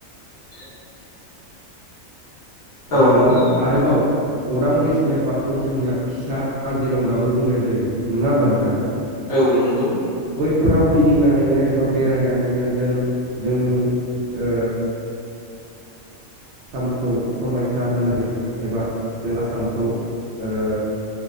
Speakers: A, on the left; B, on the right.
A: जे आदानि
B: ओ
A: नंगौ
B: आरोबाव अरां नेसनेल पार्कखौ जोंनिया फिसा काजिरंगाबो बुंनाय जायो, नङा होमबा नोंथां?
A: औ नंगौ
B: बैफोराव गिदिंनानैनो एबाब बेरायनानैनो जों जोंनि ओ आसामखौ समायसार होनो हायो एबा जों आसामखौ ओ